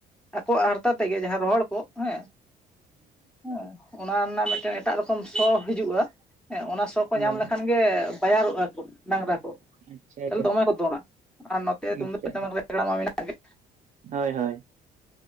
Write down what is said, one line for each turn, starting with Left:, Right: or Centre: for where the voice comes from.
Centre: ᱟᱠᱚᱣᱟᱜ ᱦᱟᱨᱛᱟ ᱛᱮᱜᱮ ᱡᱟᱦᱟᱸ ᱨᱚᱦᱚᱲ ᱠᱚᱜ ᱦᱮᱸ ᱦᱮᱸ᱾ ᱚᱱᱟ ᱨᱮᱱᱟᱜ ᱢᱤᱫᱴᱮᱱ ᱮᱴᱟᱜ ᱨᱚᱠᱚᱢ ᱥᱚ ᱦᱤᱡᱩᱜᱼᱟ᱾ ᱦᱮᱸ ᱚᱱᱟ ᱥᱚ ᱠᱚ
Right: ᱦᱳᱭ
Centre: ᱧᱟᱢ ᱞᱮᱠᱷᱟᱱ ᱜᱮ ᱵᱟᱭᱟᱨᱚᱜᱼᱟ ᱠᱚ ᱰᱟᱝᱨᱟ
Right: ᱟᱪᱪᱷᱟ ᱟᱪᱪᱷᱟ
Centre: ᱫᱚᱢᱮ ᱠᱚ ᱫᱚᱱᱟ ᱟᱨ ᱱᱚᱛᱮ ᱛᱩᱢᱫᱟᱜ
Right: ᱟᱪᱪᱷᱟ
Centre: ᱴᱟᱢᱟᱠ ᱨᱮᱜᱲᱟᱢᱟ ᱢᱮᱱᱟᱜ ᱜᱮ
Right: ᱦᱳᱭ ᱦᱳᱭ